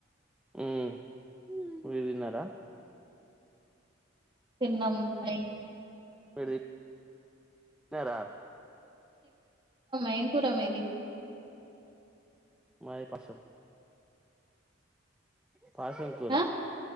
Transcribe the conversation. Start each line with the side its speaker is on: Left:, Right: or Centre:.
Centre: హ్మ్ మీరు తిన్నారా
Right: తిన్నం <unintelligible>
Centre: <inaudible> తిన్నారా
Right: <inaudible> ఏం కుర మీది
Centre: మాది పాసం పాసల కూర
Right: ఆ